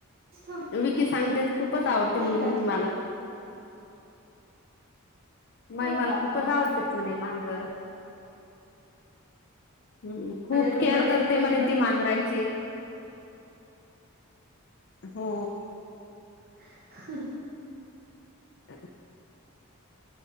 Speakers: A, on the right (about 45°); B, on the left (about 55°).
A: ठेवली
B: विकी सांगतात खूपच आवडते म्हणे
A: एका
B: महिमाला महिमाला
A: हो बाप्पा
B: खूपच आवडते म्हणे मांजर हम्म
A: माझ्या
B: खूप
A: रूम
B: केअर
A: मध्ये
B: करते
A: येऊन
B: म्हणे
A: बस
B: ती मांजरांची हो.
A: <unintelligible>
B: <inaudible>